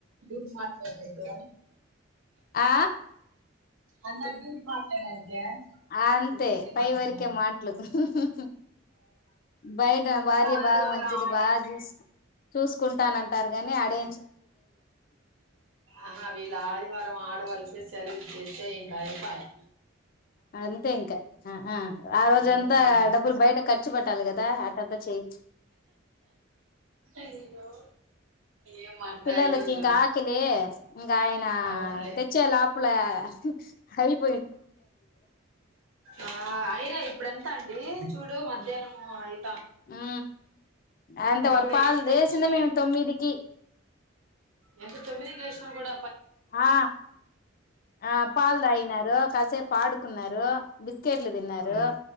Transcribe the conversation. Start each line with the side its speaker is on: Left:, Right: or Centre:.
Right: డిప్ మాట్లాదిండా.
Left: ఆ
Right: అంత డూప్ మాట్లాడినాద్. లే
Left: అంతే
Right: ఉత్తి ఉత్తి
Left: పై
Right: మాట్లేనా
Left: వరకే మాటలు బయట భార్య
Right: ఆదివారం
Left: బాగా మంచిది
Right: ఆడె.
Left: బాగా చూస్ చూసుకుంటానంటారు గాని ఆడే.
Right: ఆహా వీళ్ళ ఆదివారం ఆడవాళ్ళ సె. సెలవిచేస్తే ఇంకా ఐపాయే.
Left: అంతే ఇంకా. అ. ఆ ఆ రోజంతా
Right: హ్మ్.
Left: డబ్బులు బయట ఖర్చు పెట్టాలి కదా అట్టంతా చెయి.
Right: అయ్యో! ఏమంట
Left: పిల్లలకి
Right: ఈరోజు.
Left: ఇంకా ఆకలీ ఇగ ఆయనా
Right: అవునులే.
Left: తెచ్చే లోపలె హైప్.
Right: ఆ అయినా ఇప్పుడె. ఎత్త అండి చూడు మధ్యాహ్నముయి.
Left: ఉ అంత
Right: ఇప్పుడు
Left: వాళ్ళ పాలు
Right: ఎప్పుడు
Left: డేసింది
Right: తెచ్చి
Left: మేము తొమ్మిదికి.
Right: ఎంత తొమ్మిదికి లేశిన గుడ.
Left: ఆ ఆ పాలు తాగినారు, కాసేపు ఆడుకున్నారు, బిస్కెట్లు తిన్నారు,
Right: ఆ!